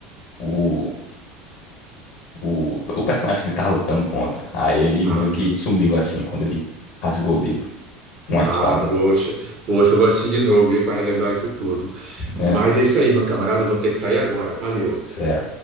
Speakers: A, on the left; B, on the right.
A: o, o, o personagem que ele tava lutando contra. Aí ele
B: Ah.
A: meio que sumiu assim quando ele rasgou o livro com a
B: Ah,
A: espada.
B: poxa, poxa, eu vou assistir de novo, viu, para relembrar isso tudo. Mas
A: É,
B: é isso aí, meu camarada, eu vou ter que sair agora. Valeu.
A: isso é